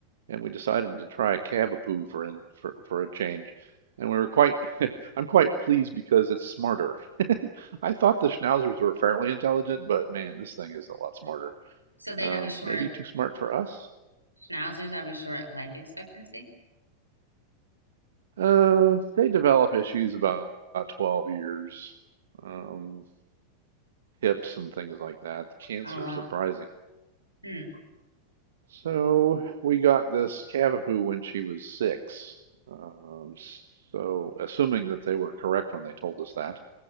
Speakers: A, on the right; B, on the right.
A: and we decided to try a Cavapoo for in, for for a change. And we were quite, <laughs> I'm quite pleased because it's smarter. <laughs> I thought the schnauzers were fairly intelligent, but man, this thing is a lot smarter.
B: So they
A: Um,
B: have a short,
A: maybe too smart for us.
B: schnauzers have a short life expectancy.
A: Uh, they develop issues about, about 12 years, um, hips and things like that. Cancer,
B: Oh, wow.
A: surprising.
B: Hmm.
A: So we got this Cavapoo when she was six. Um, so assuming that they were correct when they told us that,